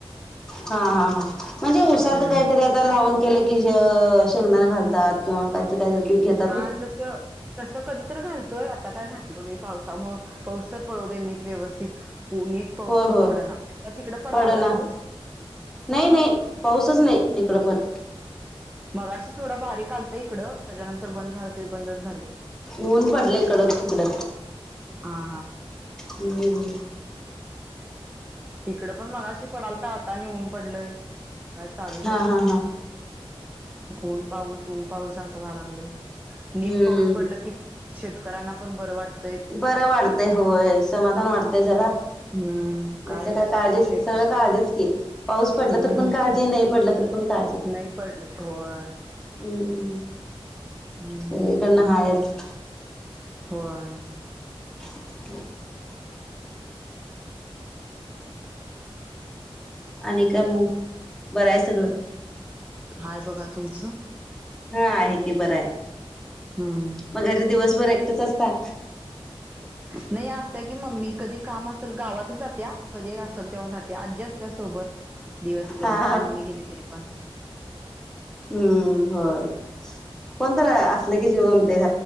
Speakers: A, in the centre; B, on the right.
A: हा हा हा म्हणजे ऊसाच
B: हम्म
A: काहीतरी आता लावन केलं की हे शेंगदाण घालतात. किंवा काहीतरी काहीतरी पीक घेत
B: हा तस. तसं कधीतर घालतोय आता काय घातलो नाही पावसामुळेळ पाऊस तर पडूदे दे नीट व्यवस्थित. पु नीट पाऊस
A: होय
B: पण
A: होय
B: पडना आता तिकड पडाय
A: पडना
B: लागलाय पाऊस?
A: नाही नाही पाऊसच नाही इकडं पण.
B: मगशी थोडं बारीक आलंतं इकड त्याच्यानंतर बंद झालं ते बंदच झालं.
A: ऊन पडलंय कडत तिकडं
B: हा
A: हम्म.
B: इकड पण मगाशी पडालता आता नि ऊन पडलय. काय चालूच
A: हा
B: असतेय
A: हा हा
B: ऊन पाऊस ऊन पाऊस असं व्हाय लागलंय. नीट
A: हम्म
B: पाऊस पडलं की शेतकऱ्यांना पण बर वाट
A: बरं वाटतंय होय समाधान वाटतय जरा.
B: हम्म
A: म्हटलं
B: काही
A: काय काळजी सगळं
B: शेतात
A: काळजीच की पाऊस पडला
B: हम्म.
A: तर पण काळजी नाही पडलं तर पण काळजी.
B: नाही पडलं होय.
A: हम्म
B: हम
A: सगळीकडनं हायच
B: होय
A: हम् आणि का मग बरं आहे सगळं
B: हाय बघा तुमच
A: हा आहे की बरं आहे
B: हम्म
A: मग घरी दिवसभर एकटच असता
B: नाही असत्या की मम्मी कधी काम असल गावातच जात्या कधी असेल तेव्हा जात्या आजी असत्या सोबत दिवसभर
A: हा
B: मग मम्मी गेली तरी पण
A: हम्म कोण तरी असल की जिव गमतोय